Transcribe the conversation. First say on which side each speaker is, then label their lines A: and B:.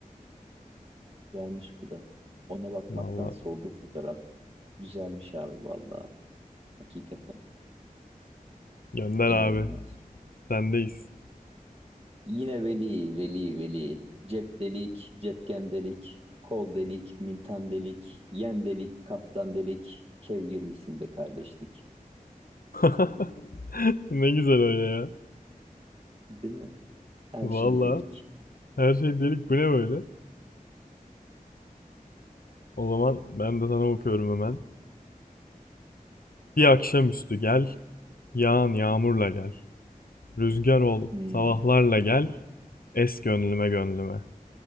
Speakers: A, on the right; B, on the left.
A: Güzelmiş bu da. Ona bakmaktan
B: Vallahi
A: soldu fotoğraf. Güzelmiş abi valla. Hakikaten.
B: gönder
A: İnanılmaz.
B: abi. Sendeyiz.
A: Yine veli, veli, veli. Cep delik, cepken delik. Kol delik, mintan delik. Yen delik, kaftan delik. Kev girmişsin be kardeşlik.
B: <laughs> Ne güzel öyle ya.
A: Değil mi? Her
B: Valla
A: şey delik.
B: her şey delik bu ne böyle? O zaman ben de sana okuyorum hemen. Bir akşamüstü gel, yağan yağmurla gel. Rüzgar ol,
A: Hmm.
B: sabahlarla gel, es gönlüme gönlüme.